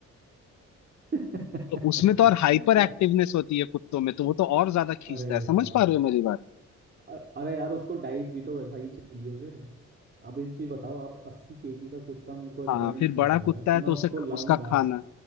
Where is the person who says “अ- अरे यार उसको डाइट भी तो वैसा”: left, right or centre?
Right